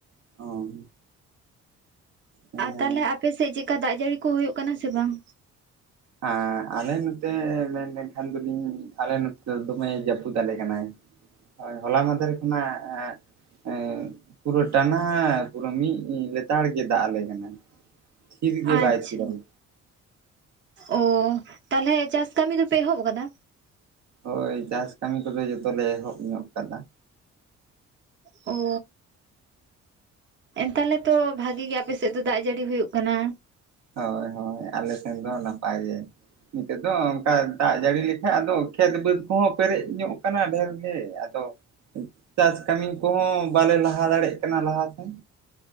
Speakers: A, on the right; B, on the right.
A: <unintelligible> ᱦᱮᱸ
B: ᱟᱨ ᱛᱟᱦᱞᱮ ᱟᱯᱮ ᱥᱮᱫ ᱪᱮᱫ ᱠᱟ ᱫᱟᱜ ᱡᱟᱹᱲᱤ ᱠᱚ ᱦᱩᱭᱩᱜ ᱠᱟᱱᱟ ᱥᱮ ᱵᱟᱝ?
A: ᱦᱟᱸ ᱟᱞᱮ ᱱᱚᱛᱮ ᱢᱮᱱ ᱞᱮᱠᱷᱟᱱ ᱫᱚᱞᱤᱧ ᱟᱞᱮ ᱱᱚᱛᱮ ᱫᱚ ᱫᱚᱢᱮ ᱡᱟᱹᱯᱩᱫ ᱟᱞᱮ ᱠᱟᱱᱟᱭ᱾ ᱦᱳᱭ ᱦᱚᱞᱟ ᱢᱟᱫᱷᱮᱨ ᱠᱷᱚᱱᱟᱜ <unintelligible> ᱮᱸ ᱯᱩᱨᱟᱹ ᱴᱟᱱᱟ ᱯᱩᱨᱟᱹ ᱢᱤᱫ ᱞᱮᱛᱟᱲ ᱜᱮ ᱫᱟᱜ ᱟᱞᱮ ᱠᱟᱱᱟ ᱛᱷᱤᱨ ᱜᱮ
B: ᱟᱪᱪᱷᱟ
A: ᱵᱟᱭ ᱛᱷᱤᱨ ᱟᱞᱮ
B: ᱚ ᱛᱟᱞᱦᱮ ᱪᱟᱥ ᱠᱟᱹᱢᱤ ᱫᱚᱯᱮ ᱮᱦᱚᱵᱽ ᱟᱠᱟᱫᱟ᱾
A: ᱦᱳᱭ ᱪᱟᱥ ᱠᱟᱹᱢᱤ ᱠᱚᱫᱚ ᱡᱚᱛᱚ ᱞᱮ ᱮᱦᱚᱵᱽ ᱧᱚᱜ ᱠᱟᱫᱟ
B: ᱚ ᱮᱱ ᱛᱟᱞᱦᱮ ᱛᱚ ᱵᱷᱟᱜᱤ ᱜᱮ ᱟᱯᱮ ᱥᱮᱫ ᱫᱚ ᱫᱟᱜ ᱡᱟᱹᱲᱤ ᱦᱩᱭᱩᱜ ᱠᱟᱱᱟ᱾
A: ᱦᱚᱭ ᱦᱚᱭ ᱟᱞᱮ ᱥᱮᱱ ᱫᱚ ᱱᱟᱯᱟᱭ ᱜᱮ ᱱᱤᱛᱳ ᱫᱚ ᱚᱱᱠᱟ ᱫᱟᱜ ᱡᱟᱹᱲᱤ ᱞᱮᱠᱷᱟᱡ ᱟᱫᱚ ᱠᱷᱮᱛ ᱵᱟᱹᱫᱽ ᱠᱚᱦᱚᱸ ᱯᱮᱨᱮᱡ ᱧᱚᱜ ᱠᱟᱱᱟ, ᱰᱷᱮᱨ ᱜᱮ ᱟᱫᱚ ᱪᱟᱥ ᱠᱟᱹᱢᱤ ᱠᱚᱦᱚᱸ ᱵᱟᱞᱮ ᱞᱟᱦᱟ ᱫᱟᱲᱮᱜ ᱠᱟᱱᱟ ᱞᱟᱦᱟ ᱥᱮᱱ